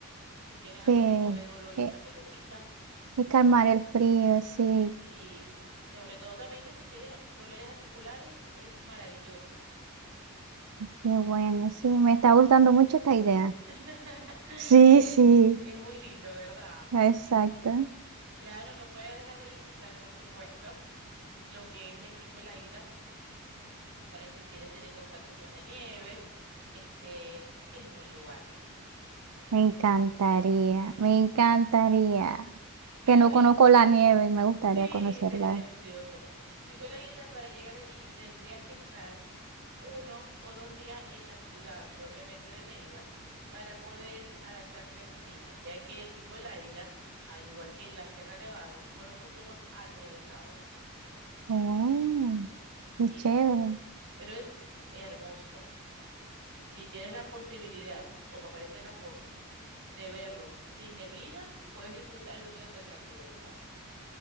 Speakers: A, on the right; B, on the right.
A: Si tienes
B: sí,
A: algún tipo de dolores,
B: eh,
A: también lo quita.
B: y calmar el frío, sí,
A: Sí, y sobre todo también que si tienes dolores articulares, es maravilloso.
B: qué bueno, sí, me está gustando mucho esta idea.
A: <laughs>
B: Sí,
A: Es,
B: sí,
A: es muy lindo, ¿verdad?
B: exacto.
A: Claro, no puedes dejar de visitar, por supuesto, lo que es el Pico del Águila, para que si quieres tener contacto con la nieve, este es un buen lugar.
B: Me encantaría,
A: Muy bueno. Sí.
B: me encantaría.
A: Claro,
B: Que no
A: el
B: conozco la nieve y me gustaría
A: Sí,
B: conocerla.
A: sería delicioso. El Pico del Águila, para llegar allí, tendrías que estar uno o dos días en la ciudad propiamente de Mérida para poder adaptarte al clima, ya que el Pico del Águila, al igual que la Sierra Nevada, son los puntos más altos del estado.
B: Oh,
A: Sí,
B: qué chévere.
A: pero es hermoso. Si tienes la posibilidad, como aparece en la foto, de verlo sin neblina, puedes disfrutar de un espectáculo visual.